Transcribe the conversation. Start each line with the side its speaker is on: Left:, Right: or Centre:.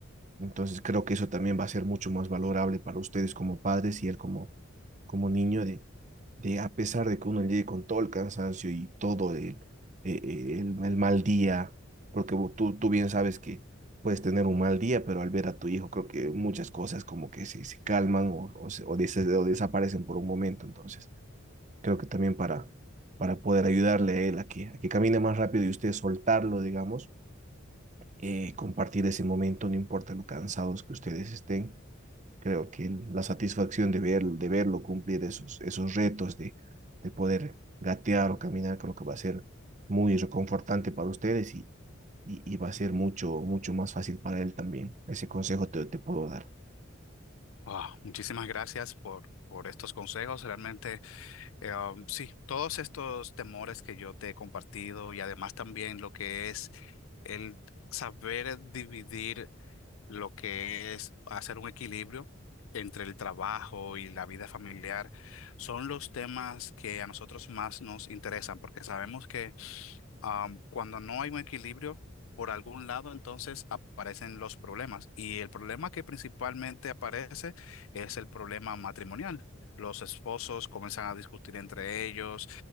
Right: Entonces creo que eso también va a ser mucho más valorable para ustedes como padres y él como, como niño de, de a pesar de que uno llegue con todo el cansancio y todo el, eh, el, el mal día, porque vos- tú, tú bien sabes que puedes tener un mal día, pero al ver a tu hijo creo que muchas cosas como que se, se calman o, o, se- o des- o desaparecen por un momento, entonces creo que también para, para poder ayudarle a él a que, a que camine más rápido y usted soltarlo, digamos, eh, compartir ese momento, no importa lo cansados que ustedes estén Creo que la satisfacción de, ver, de verlo cumplir esos, esos retos, de, de poder gatear o caminar, creo que va a ser muy reconfortante para ustedes y, y, y va a ser mucho, mucho más fácil para él también. Ese consejo te, te puedo dar.
Left: Ah, muchísimas gracias por, por estos consejos. Realmente... Eh, um, sí, todos estos temores que yo te he compartido y además también lo que es el saber dividir lo que es hacer un equilibrio entre el trabajo y la vida familiar son los temas que a nosotros más nos interesan porque sabemos que am, cuando no hay un equilibrio por algún lado, entonces aparecen los problemas. Y el problema que principalmente aparece es el problema matrimonial. Los esposos comienzan a discutir entre ellos